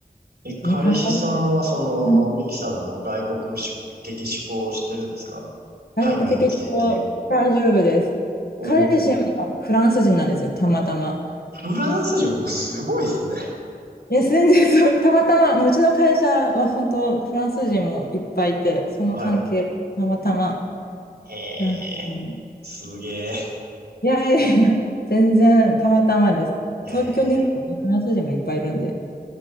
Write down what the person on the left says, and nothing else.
ね、考え、
学的思は大丈夫です。
彼氏もフランス人なんですよ、たまたま。
いや、全然そう、たまたま、ううちの会社は本当、フランス人もいっぱいいて、その関係、
たまたま
フランス人。
いやいやいや、全然たまたまです。
東京にいるとフランス人もいっぱいいるんで、